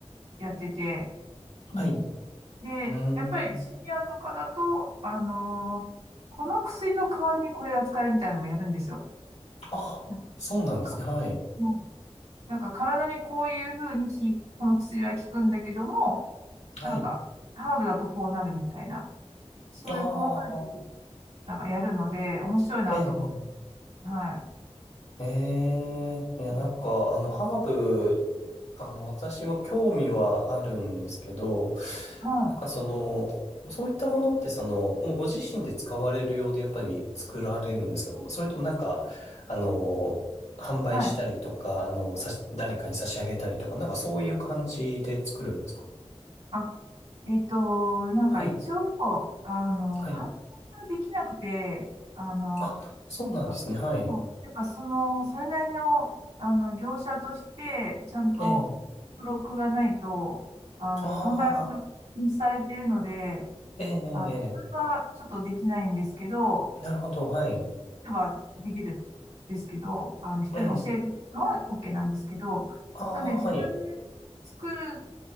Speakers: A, on the right (about 80°); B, on the left (about 85°).
A: うやってて、うん。
B: はい。
A: で、
B: うーん。
A: やっぱりシニアとかだと、あのーこの薬の代わりにこれが使えるみたいなのもやるんですよ。
B: あ、
A: なん
B: そうなんですね。
A: か、
B: はい。
A: うんなんか体にこういう風にき、この薬は効くんだけども、
B: はい。
A: なんか、ハーブだとこうなるみたいな、そういう細かいこと、
B: ああ、
A: なんかやるので、面白いなと思って、
B: ええ、
A: はい。
B: ええ。ええいや、
A: うん
B: なんか、あの、ハーブ、あの、私も興味はあるんですけど、
A: はい。
B: なんかその、そういったものって、その、もうご自身で使われるようで、やっぱり作られるんですかそれともなんか、あの、販売したりとか、
A: はい。
B: あの、さし、誰かに差し上げたりとか、なんかそういう感じで作るんですか
A: あ、えっと、なんか一応、
B: はい。
A: あの、
B: はい。
A: 反応ができなくて、あの、
B: あ、そうなんですね。
A: なんか、
B: はい。
A: こうやっぱその、それなりの、あの、業者として、ちゃんと
B: ええ。
A: 登録がないと、あの、
B: ああ。
A: 販売は禁止されているので、
B: ええ、ええ、
A: あ、それはちょっとできないんですけど、
B: ええなるほど、はい。
A: はできるんですけど、あの、人に教えるのは
B: ええ、
A: OK なんですけど、
B: ああ、
A: なんで自分で作る
B: はい、